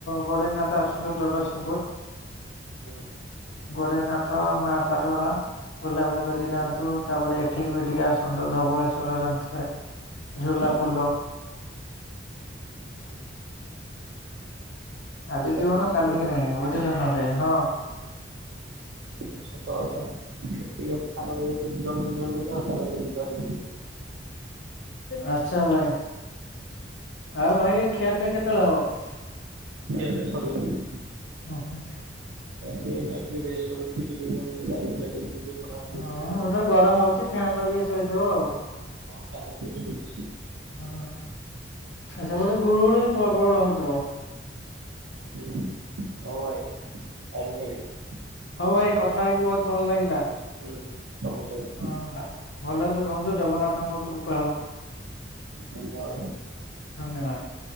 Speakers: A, on the left; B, on the right.
A: ଗୋରେଖନାଥ ଆସନ୍ତୁ ଜଗତସିଂହପୁର।
B: ହୁଁ।
A: ଗୋରେଖନାଥ, ମାଆ ଶାରଳା, ବୁଲାବୁଲି କରିକି
B: ହୁଁ
A: ଯାଆନ୍ତୁ। ତାପରେ ଏଠିକି ବି ଟିକେ ଆସନ୍ତୁ ଧବଳେଶ୍ୱରରେ ଜାଣିଥିବେ ଝୁଲା
B: ହୁଁ
A: ପୋଲ।
B: ହୁଁ
A: ଆଜି
B: ଯିବା
A: ଜୀବନ
B: ନିଶ୍ଚିନ୍ତ
A: କାଲିକି
B: ବୁଲିବାକୁ।
A: ନାଇଁ, ବୁଝିଲେ ନା ଭାଇ, ହଁ।
B: ଏଇଟା ସତ କଥା। <unintelligible> ସାଙ୍ଗହେଇକି ଯଦି ଜଣେ ତିନି ଜଣ ମିଳିଲେ ହଁ ଚାଲରେ ଯିବାହେରି।
A: ଆଚ୍ଛା ଭାଇ। ଆଉ ଭାଇ ଖିଆପିଆ କେତେବେଳେ ହବ?
B: ଖିଆପିଆ ସରିଲାଣି।
A: ହୁଁ ହୁଁ।
B: ଯାଇକି ଏଇନା ଟିକେ ରେଷ୍ଟ କରିକି ଯିବି ପୁଣି ଲାଇ <unintelligible> ଯିବି। ଟିକେ ପଢାପଢି
A: ହଁ,
B: କରିବା।
A: <unintelligible> ଗରମ ହଉଛି ଫ୍ୟାନ୍ ଲଗେଇ ଶୋଇଥିବ ଆଉ।
B: ହଁ, ଫ୍ୟାନ୍ ଲଗେଇ ଶୋଇଛି।
A: ହଁ, ସେପଟେ ଗୁଳୁଗୁଳି ପ୍ରବଳ ହଉଥିବ?
B: ହୁଁ, ହଁ ଭାଇ ଟାଇମ୍ ହେଇଗଲା।
A: ହଁ ଭାଇ କଥା ହେଇକି ବହୁତ ଭଲ ଲାଗିଲା।
B: ହୁଁ, ତମ ସହି
A: ହଁ ଭଲରେ ରୁହନ୍ତୁ, ଜଗନ୍ନାଥଙ୍କ କୃପା ହଉ।
B: ଧନ୍ୟବାଦ।
A: ଧନ୍ୟବାଦ।